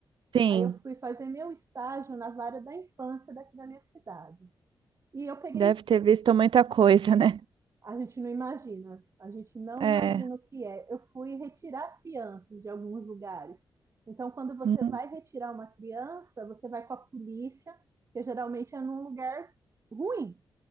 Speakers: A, on the right; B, on the right.
A: Sim,
B: Aí eu fui fazer meu estágio na vara da infância daqui da minha cidade. E eu peguei
A: deve ter visto muita coisa, <laughs> né?
B: A gente não imagina, a gente não
A: É,
B: imagina o que é. Eu fui retirar crianças de alguns lugares. Então, quando você
A: hum,
B: vai retirar uma criança, você vai com a polícia, que geralmente é num lugar ruim,